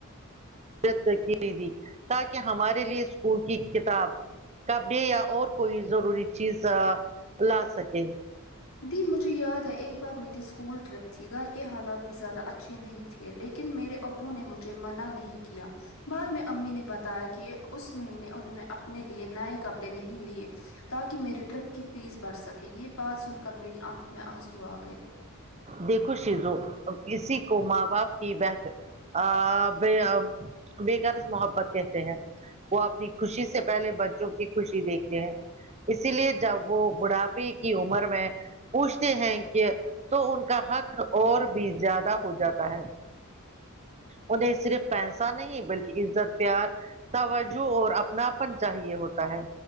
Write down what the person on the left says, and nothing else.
دی مجھے یاد ہے ایک بار میری اسکول ٹرپ تھی گھر کے حالات بھی زیادہ اچھے نہیں تھے لیکن میرے ابو نے مجھے منع نہیں کیا بعد میں امی نے بتایا کہ اس مہینے انہوں نے اپنے لیے نئے کپڑے نہیں لیے تاکہ میری ٹیرپ کی فیس بڑھ سکے یہ بات سن کر میری آنکھوں میں آنسو آ گئے